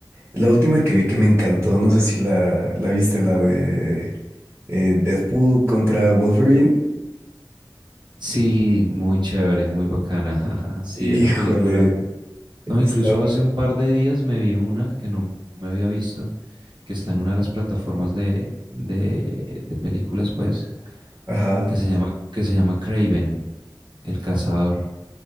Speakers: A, on the right; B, on the right.
A: La última que vi que me encantó, no sé si la, la viste, la de eh, Deadpool contra Wolverine.
B: sí, muy chévere, muy bacana. <laughs> Sí,
A: Híjole.
B: esa película. No,
A: está.
B: incluso hace un par de días me vi una que no me había visto, que está en una de las plataformas de, de, de películas, pues,
A: Ajá.
B: que se llama, que se llama Craven, el cazador.